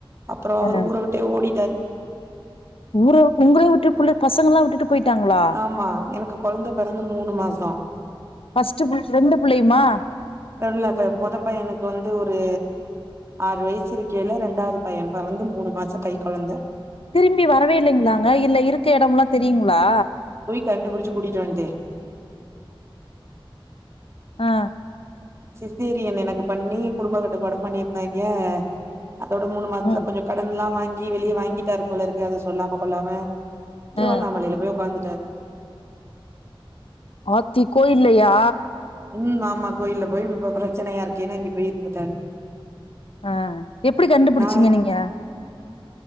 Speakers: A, on the right; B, on the left.
A: அப்பறோ அவரு
B: அ
A: ஊர விட்டே ஓடிட்டாரு
B: ஊர உங்களையுவுட்டு புள்ள பசங்கள்லா விட்டுட்டு போயிட்டாங்களா
A: ஆமா எனக்கு கொழந்த பெறந்த மூணு மாச
B: ஃபஸ்ட் புள் ரெண்டு புள்ளையுமா
A: <unintelligible> மொத பையனுக்கு வந்து ஒரு ஆறு வயசு இருக்கையில ரெண்டாவது பைய பெறந்து மூணு மாச கை கொழந்த
B: திரும்பி வரவே இல்லிங்களாங்க இல்ல இருக்க எடம்லா தெரியுங்களா
A: கண்டுப்புடிச்சு கூட்டிட்டுவன்டே
B: ஆ
A: சிசேரியன் எனக்கு பண்ணி குடும்ப கட்டுப்பாடு பண்ணிருந்தாய்ங்க அதோட மூணு மாசத்துல
B: ம்
A: கொஞ்சோ கடன்லா வாங்கி இதிலியே வாங்கிட்டாருப்போலருக்கு அத சொல்லாம கொள்ளாம திருவண்ணாமலையில
B: அ
A: போய் உக்காந்துட்டாரு
B: ஆத்தி கோயில்லையா
A: ம் ஆமா கோயில்ல போய் <unintelligible> பெரச்சனையா இருக்கேன்னு அங்க போய் இருந்துட்டாரு
B: ஆ எப்டி கண்டுப்புடிச்சீங்க
A: நா
B: நீங்க